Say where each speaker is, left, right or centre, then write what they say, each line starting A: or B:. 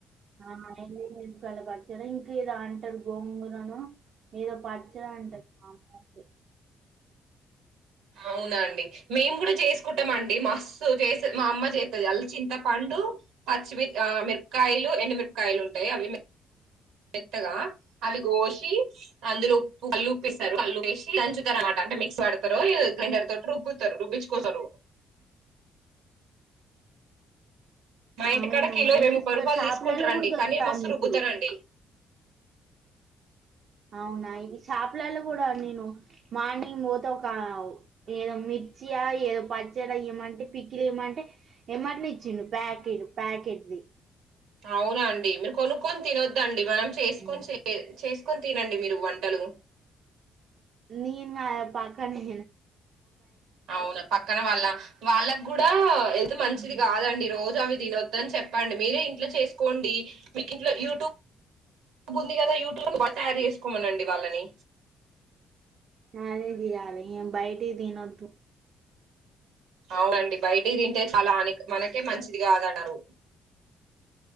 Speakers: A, on the right (about 60°); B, on the right (about 85°).
A: ఆ అపుల పచ్చడా ఇంక ఏదో అంటారు గోంగూరను ఏ పచ్చడా అంటది మాట్లాడితే
B: అవునా అండి మేము కూడా చేసుకుంటాం అండి మస్తు చేస మా అమ్మ చేతది అల్ల చింతపండు పచ్చిమి మిరపకాయలు ఎండుమిరపకాయలు ఉంటాయి అవి మేతగా అవి కోసి అందులో ఉప్పు కళు ఉప్పువేస్తారు దంచుతారన్నమాట అంటే మిక్స్ పడతారు గ్రైండర్డతో రుబ్బుతారు రుబ్బిచుకోస్తారు మా ఇంటికాడ
A: అవును
B: కిలో
A: ఇది
B: వెయ్ ముప్పై
A: ప-
B: రూపాయలు
A: షాపులలో
B: తీసుకుంటారండి
A: కూడా దొరుకుతాంది
B: కానీ మస్తు
A: ఇప్పుడు
B: రుబుతారండి
A: అవునా ఈ షాప్లలా కూడా నేను మార్నింగ్ పోతే ఒక ఏదో మీ చ్చి ఏదో పచ్చడి ఈయమంటే పిక్కిలు ఇమంటే ఏమంటనే ఇచ్చిడు ప్యాకెట్ ప్యాకెట్ ీ
B: అవునా అండి మీరు కొనుక్కొని తినొద్దండి మనం చేసుకొని
A: ఉమ్.
B: చేసు కోని తినండి మీరు వంటలు
A: నేనా పక్కనే
B: అవునా పక్కన వాళ్ళ వాళ్ళకి కూడా ఎది మంచిది
A: ఉమ్.
B: కాదండి రోజు అవి తిన్న వద్దని చెప్పండి మీరే ఇంట్లో చేసుకోండి మీకు ఇంట్లో యూట్యూబ్ ఉంది కదా యూట్యూబ్ లో తయారు చేసుకోమనండి వాళ్ళని
A: అదే చేయాల బయటయీ తిన్న వద్దు
B: అవునండి బయటి తింటే చాలా అ మనకే మంచిదిగాదన్నారు